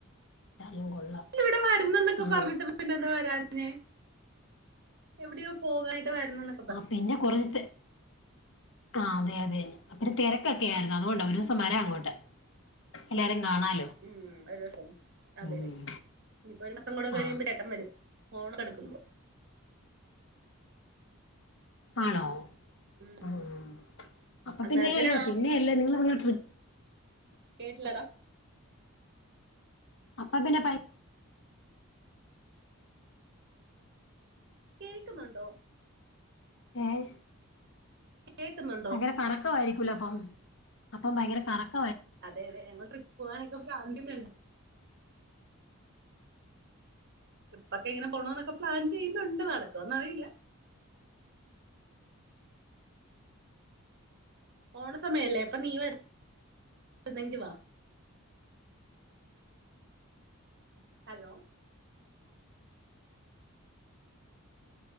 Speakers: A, on the left (about 65°); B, on the right (about 55°).
A: എന്തായാലും കൊള്ളാം
B: ഇവിടെ വരുന്നുന്നൊക്കെ
A: ആ
B: പറഞ്ഞിട്ട് പിന്നെ എന്താ വരാഞ്ഞെ പിന്നെ എവിടെയോ പോകായിട്ട് വരുന്നുന്ന്
A: ആ പിന്നെ കൊറ തെ ആഹ് അതെ അതെ ഒതിരി തിരക്കൊക്കെ ആയിരുന്നു അതുകൊണ്ടാ ഒരിസം വരാങ്ങോട്ട് എല്ലാരിം കാണാലോ
B: ഉം ഒരു ദിവസം അതെ
A: ഉം
B: തെ ഇനിപ്പോ ഒരു മാസം കൂടെ കഴിയുമ്പോ
A: ആ
B: ചേട്ടംവരും ഓണടുക്കുമ്പോ
A: ആണോ
B: ഉം
A: ആഹ് അപ്പൊ
B: അന്നേരത്തിന്
A: പിന്നെ യോ
B: ആ
A: പിന്നെ അല്ലേ നിങ്ങൾ നിങ്ങ ട്രിപ്പ്
B: കേട്ടില്ലടാ
A: അപ്പ പിന്നെ പയി
B: കേൾക്കുന്നുണ്ടോ?
A: ഏഹ്
B: കേക്കുന്നുണ്ടോ
A: ഭയങ്കര കറക്കവായിരിക്കൂലപ്പം അപ്പം ഭയങ്കര കറ
B: അതെ അതെഞങ്ങൾ ട്രിപ്പ് പോകാനൊക്ക പ്ലാൻ ചെയ്യു ട്രിപ്പൊക്കെങ്ങനെ പോണോ എന്നൊക്കെ പ്ലാൻ ചെയ്യുന്നുണ്ട് നടക്കോന്നറിയില്ല ഓണ സമയല്ലേ അപ്പൊ നീ വരുന്നെങ്കി വാ ഹലോ